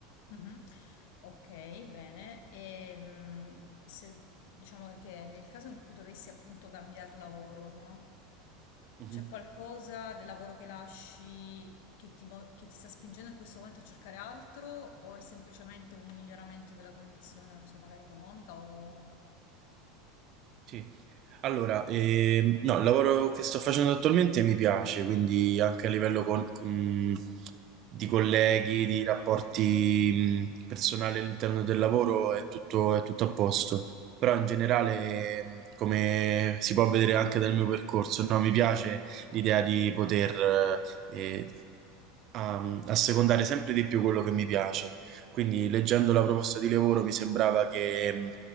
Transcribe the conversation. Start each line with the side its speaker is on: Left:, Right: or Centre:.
Left: Mhm. Ok, bene. E mh, se diciamo che nel caso in cui dovessi appunto cambiare lavoro, no?
Right: Mhm,
Left: C'è qualcosa del lavoro che lasci che ti, mo- che ti sta spingendo in questo momento a cercare altro o è semplicemente un miglioramento della condizione, non so, magari economica o...
Right: Sì. Allora, ehm, no, il lavoro che sto facendo attualmente mi piace, quindi anche a livello con- con- di colleghi, di rapporti mh, personali all'interno del lavoro è tutto, è tutto a posto. Però in generale, mh, come si può vedere anche dal mio percorso, no, mi piace l'idea di poter, eh, a, a secondare sempre di più quello che mi piace. Quindi leggendo la proposta di lavoro mi sembrava che mh,